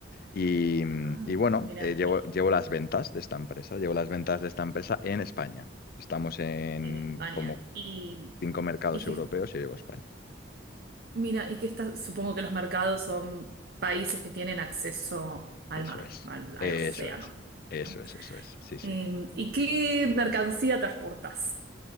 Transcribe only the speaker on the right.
Ah,
mira,
y
en España.
Y,
y que,
mira, y que está, supongo que los mercados son países que tienen acceso al
mar,
al, al
océano,
¿no?
Eh, ¿y qué mercancía transportas?